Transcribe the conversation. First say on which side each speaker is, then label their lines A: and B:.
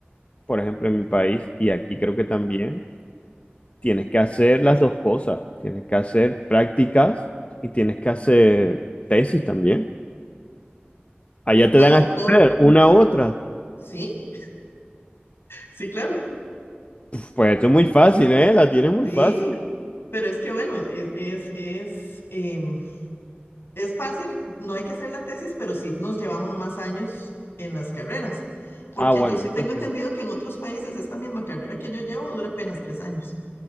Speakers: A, on the left; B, on the left.
A: por ejemplo, en mi país, y aquí creo que también, tienes que hacer las dos cosas. Tienes que hacer prácticas y tienes que hacer tesis también. Allá te
B: Todo,
A: dan a escoger
B: todo.
A: una u otra.
B: Sí, sí, claro.
A: Pues esto es muy fácil, ¿eh? La tienes muy
B: Sí.
A: fácil.
B: Pero es que bueno, es, es, es, em, es fácil, no hay que hacer la tesis, pero sí nos llevamos más años en las carreras. Porque
A: Ah, bueno,
B: yo sí
A: eso
B: tengo entendido
A: sí.
B: que en otros países esta misma carrera que yo llevo dura apenas tres años.